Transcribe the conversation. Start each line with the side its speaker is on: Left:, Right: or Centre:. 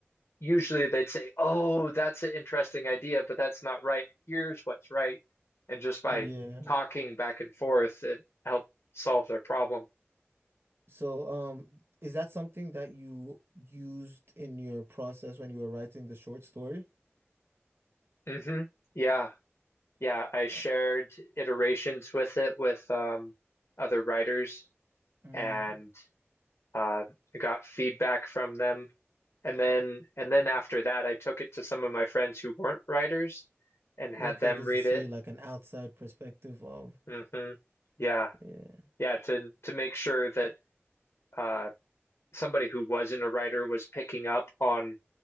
Left: usually they'd say, "Oh, that's an interesting idea, but that's not right. Here's what's right." And just by
Right: Yeah.
Left: talking back and forth, it helped solve their problem.
Right: So, um, is that something that you used in your process when you were writing the short story?
Left: hmm Yeah. Yeah. I shared
Right: I-
Left: iterations with it with um, other writers
Right: Mm.
Left: and uh, I got feedback from them. And then and then after that, I took it to some of my friends who weren't writers and had
Right: Okay,
Left: them
Right: just
Left: read
Right: to see
Left: it.
Right: like an outside perspective of,
Left: hmm Yeah.
Right: yeah,
Left: Yeah, to to make sure that uh somebody who wasn't a writer was picking up on